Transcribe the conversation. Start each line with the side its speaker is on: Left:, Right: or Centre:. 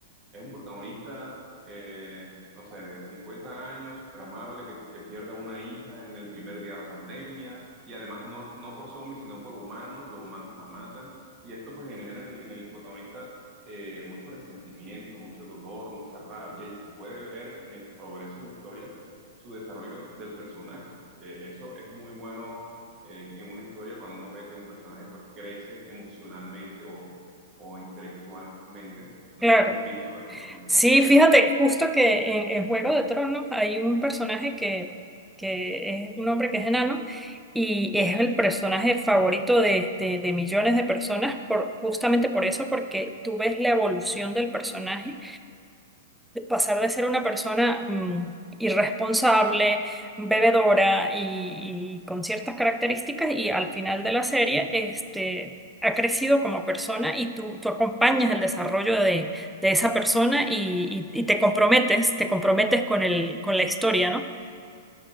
Right: Es un protagonista, eh, no sé, de 50 años, súper amable, que, que pierde a una hija en el primer día de la pandemia, y además no, no por zombies, sino por humanos, los humanos la matan, y esto pues genera en, en el protagonista eh, mucho resentimiento, mucho dolor, mucha rabia, y se puede ver en el progreso de la historia su desarrollo del personaje. que eso es muy bueno en, en una historia cuando uno ve que un personaje pues crece emocionalmente o o intelectualmente no
Centre: Claro.
Right: sé si lo has visto en, en otras
Centre: Sí,
Right: historias.
Centre: fíjate, justo que en, en Juego de Tronos hay un personaje que, que es un hombre que es enano y es el personaje favorito de, de- de millones de personas por, justamente por eso, porque tú ves la evolución del personaje de pasar de ser una persona mm, irresponsable, bebedora y, y con ciertas características y al final de la serie, este, ha crecido como persona y tú, tú acompañas el desarrollo de, de esa persona y, y- y te comprometes, te comprometes con el, con la historia, ¿no?